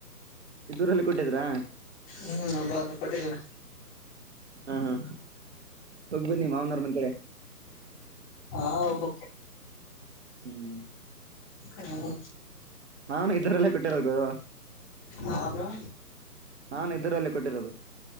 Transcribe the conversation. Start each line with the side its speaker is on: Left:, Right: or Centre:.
Right: ದೂರಲ್ಲಿ ಕೊಟ್ಟಿದೀರಾ
Left: ಹ್ಮ್ ಬಲ್ಲ ಪಟ್ಟಿದ್ದಲ್ಲ
Right: ಹಾ ಹ ಪಗ ಬನ್ನಿ ಮಾವನ ಮಂದ ಕಡೆ
Left: ಹಾ ಹೋಗ್ಬೇಕು
Right: ಹ್ಮ್
Left: ಹ್ಮ
Right: ನಾನು ಇದರಲ್ಲೇ ಕೊಟ್ಟಿರೋದು
Left: ಹ ಬ್ರೋ
Right: ನಾನು ಇದರಲ್ಲಿ ಕೊಟ್ಟಿರೋದು